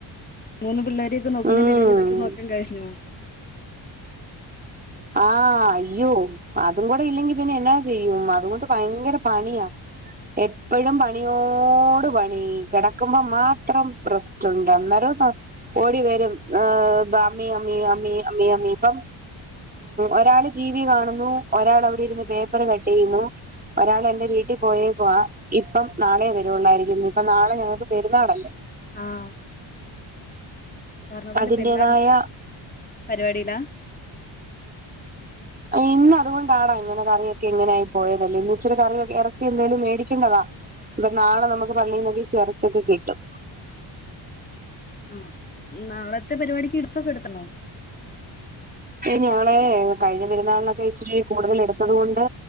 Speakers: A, on the left; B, on the right.
A: മൂന്ന് പിള്ളേ രെയൊക്കെ നോക്കുന്നതിന്റെ
B: ഉം
A: ഇടേൽ ഇതൊക്കെ നോക്കാൻ കഴിഞ്ഞോ
B: ആഹ് അയ്യോ അതും കൂടെ ഇല്ലെങ്കി പിന്നെ എന്നാ ചെയ്യും അതുകൊണ്ട് ഭയങ്കര പണിയാ എപ്പോഴും പ ണിയോട് പണി കിടക്കുമ്പോ മാത്രം റെസ്റ്റുണ്ട് അന്നേരം ഓടി വരും ബമ്മി അമ്മി അമ്മി അമ്മി അമ്മി പ ഒരാള് ടിവി കാണുന്നു ഒരാള് അവിടെ ഇരുന്ന് പേപ്പർ കട്ട് ചെയ്യുന്നു ഒരാൾ എന്റെ വീട്ടിൽ പോയേക്കുവാ ഇപ്പം നാളെ വരുവൊള്ളായിരിക്കും ഇപ്പം നാളെ ഞങ്ങൾക്ക് പെരുന്നാളല്ലേ
A: ആഹ് പറഞ്ഞ പോലെ
B: അതിന്റേതായ
A: പെരുന്നാൾ പരിപാടിയിലാ
B: ഇന്ന് അത്കൊണ്ടാണോ ഇങ്ങനെ കറിയൊക്കെ ഇങ്ങനെ ആയി പോയത് അല്ലെങ്കി ഇച്ചിരി കറി ഇറച്ചി എന്തേലും മേടിക്കണ്ടതാ ഇപ്പൊ നാളെ നമുക്ക് പള്ളീൽന്നൊക്കെ ഇറച്ചിയൊക്കെ കിട്ടും
A: ആഹ് നാളത്തെ പരിപാടിക്ക് ഡ്രെസൊക്കെ എടുക്കുന്നൊ
B: നാളെ കഴിഞ്ഞ പെരുന്നാളിനൊക്കെ ഇച്ചിരി കൂടുതൽ എടുത്തത് കൊണ്ട്